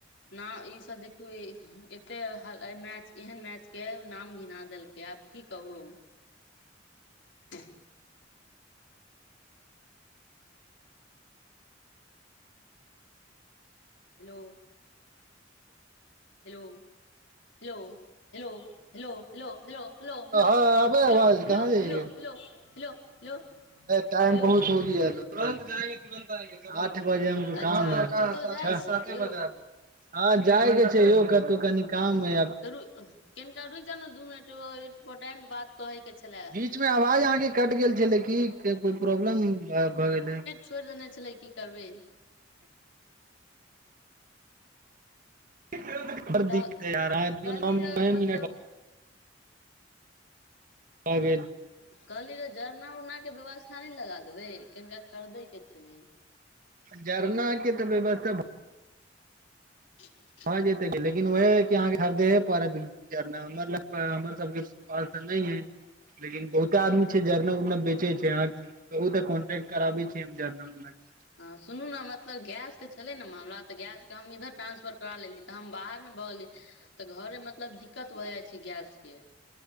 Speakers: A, on the left; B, on the right.
A: ना ई सभ देखि एतेक हाल मैच एहन मैचके नाम घिना देलकै आब कि कहू त। Hello. Hello, hello. Hello hello hello hello हेलो
B: हँ आबे
A: हेलो
B: आवाज कहाँ जाइए
A: हेलो हेलो हेलो
B: टाइम
A: हेलो
B: बहुत हो गया ह तो <unintelligible> आठ बजे हमो
A: अच्छा
B: कामात
A: कतहु जाइ छियै कि यौ
B: ह जाय के छै यौ कतू कनि काम मे
A: त रु कनका रुकि जाउ ने दू मिनट ओ इम्पोर्टेट बात कहैके छलय
B: बीच मे आवाज अहाँकेँ कट गेल छलै की कोई प्रॉब्लम भऽ गेलै।
A: छोइड़ देने छलै की करबै
B: <unintelligible>
A: तऽ कहली ग मतलब
B: भऽ गेल
A: कहलियी ग जरना उरनाके व्यवस्था नई लगा देबै कनिका खरीदैके छलै
B: जरना के तऽ व्यवस्था भ
A: <inaudible>
B: भऽ जेतै लेकिन उएहे अहाँके खरदेहे पड़त जरना हमर सबके आर तऽ नै अई लेकिन बहुते आदमी छै जरना उरना बेचे छै आहां कहु तऽ कोन्टे्ट कराबी छि हम जरना उरना के
A: हँ सुनू ने मतलब गैस के छलै ने मामला तऽ गैसके हम इधर ट्रांसफर करा लेली तऽ हम बाहर मे भ गेली तऽ घरे मतलब दिक्कत भऽ जाइ छै गैस के